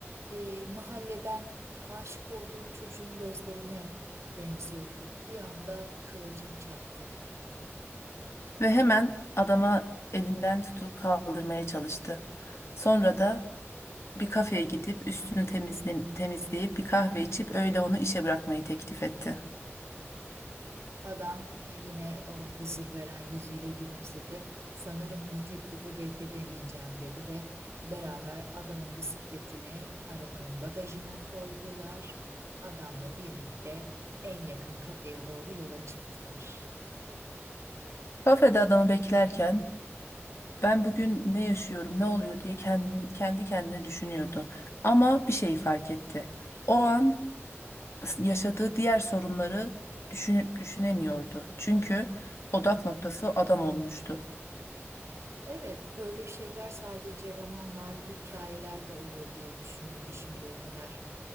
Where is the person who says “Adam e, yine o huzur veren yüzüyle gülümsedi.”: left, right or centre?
Right